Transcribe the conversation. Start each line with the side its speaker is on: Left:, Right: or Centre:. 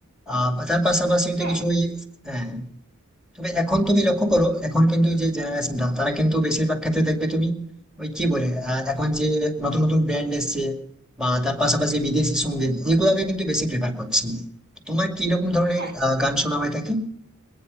Centre: আহ তার পাশাপাশি হয়তো
Right: হ্যাঁ
Centre: কিছু ওই হ্যাঁ তবে এখন তুমি লক্ষ্য করো
Right: উম,
Centre: এখন কিন্তু যে জেনারেশনটা তারা কিন্তু বেশিরভাগ ক্ষেত্রে দেখবে তুমি ওই কি বলে আহ, এখন যে নতুন নতুন ব্র্যান্ড এসছে বা তার পাশাপাশি বিদেশি সঙ্গীত এগুলোকে কিন্তু বেশি প্রেফার করছে তোমার কি রকম ধরনের
Right: হ্যাঁ
Centre: আহ, গান শোনা হয়ে থাকে